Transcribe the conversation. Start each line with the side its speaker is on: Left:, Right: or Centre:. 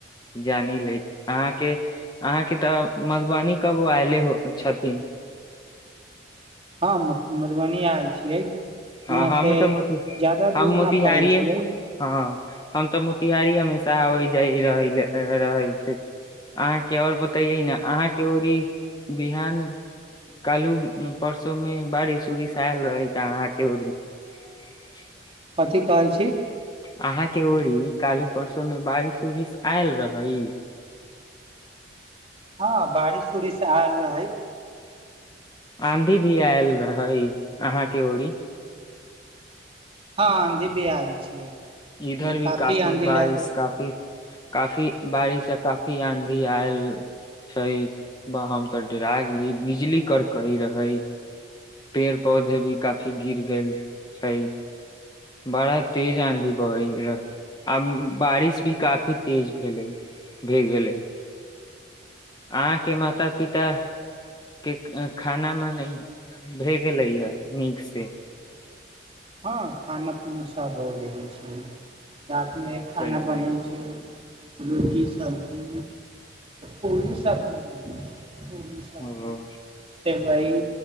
Left: जानि ले अहाँके अहाँके तऽ मधुबनी कब आयले हो छथिन
Right: हँ म मधुबनी आयल छियै
Left: हँ
Right: हुआँसँ
Left: हम तऽ मोति
Right: ज्यादा
Left: हम
Right: दूर
Left: मोतिहारिए
Right: नहि पड़ै छियै
Left: हँ हम तऽ मोतिहारी हमेशा आबै जा रहै छै अह के आओर बतेयै न अहाँ के र ई बिहान कालू परसो में बारिश उरििश आयल रहै अहाँके बढ़ी <inaudible>
Right: कथी कहै छी
Left: अहाँं के ओड़ी कालू परसो में बारिश उरिश आयल रहै
Right: हँ बारिश उरििश आयल रहै
Left: आँधी भी आयल रहै अहाँके ओड़ी
Right: हँ आधी भी आयल छियै
Left: इधर
Right: ने
Left: भी काफी
Right: आँधी
Left: बारिश
Right: लग
Left: काफी काफी बारिश से काफी आंधी आयल छै हम तऽ डरा गेली बिजली कड़कई रहै पेड़ पौधे भी काफी गिर गेल छै बड़ा तेज आँधी बहै रहै आब बारिश भी काफी तेज भेलै भए गेलै अहाँके माता पितााक के खानामेने भए गेलैए नीकसँ
Right: हँ खाना पीना सभ भऽ गेलै छै रतिमे खाना
Left: चलियै
Right: बनै छै रोटी सब्जी कोली सब्जी बनै छियै ो सब्जी
Left: ओ
Right: सेवई